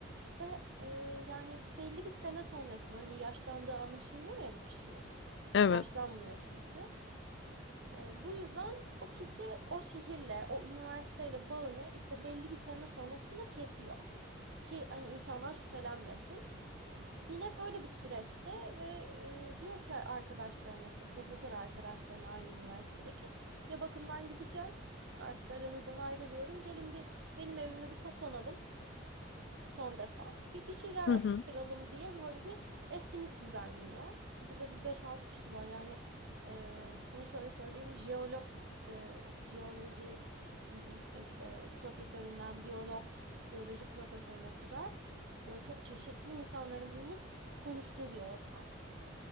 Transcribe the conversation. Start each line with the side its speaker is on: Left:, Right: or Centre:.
Right: Ve e, yani belli bir sene sonrasında hani yaşlandığı anlaşılmıyor ya bu kişinin.
Left: evet.
Right: Yani yaşlanmıyor çünkü. E, bu yüzden o kişi o şehirle, o üniversiteyle bağını işte belli bir sene sonrasında kesiyor. Ki hani insanlar şüphelenmesin. Yine böyle bir süreçte ve e, diyor ki arkadaşlarına işte profesör arkadaşlarına aynı üniversitedeki ya bakın ben gideceğim artık aranızdan ayrılıyorum gelin bir benim evimde bir toplanalım son defa. Bir, bir şeyler
Left: Hı
Right: atıştıralım
Left: hı.
Right: diye böyle bir etkinlik düzenliyor. İşte burada bir beş altı kişi var. Yani e, sana şöyle söyleyeyim. Jeolog, e, jeoloji m, işte profesöründen biyolog, biyoloji profesörüne kadar böyle çok çeşitli insanların bulunup konuştuğu bir ortam.